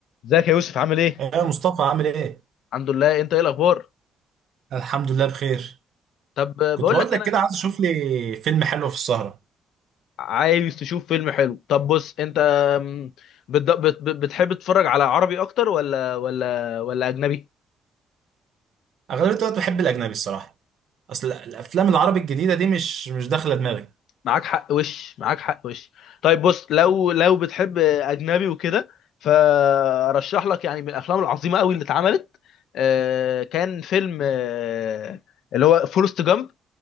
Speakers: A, on the left; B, on the right.
A: ازيك يا يوسف عامل ايه؟
B: يا مصطفى عامل ايه؟
A: الحمد لله انت ايه الاخبار
B: الحمد لله بخير
A: طب
B: كنت
A: بقول
B: بقول
A: لك
B: لك
A: انا
B: كده عايز اشوف لي فيلم حلو في السهرة
A: عايز تشوف فيلم حلو طب بص انت م، بت- بت- بتحب تتفرج على عربي اكتر ولا ولا ولا اجنبي
B: اغلبية الوقت بحب الاجنبي الصراحة اصل الافلام العربي الجديدة دي مش مش داخلة دماغي
A: معاك حق وش معاك حق وش طيب بص لو لو بتحب اجنبي وكده فرشح لك يعني من الافلام العظيمه قوي اللي اتعملت آه، كان فيلم آه، اللي هو فورست جامب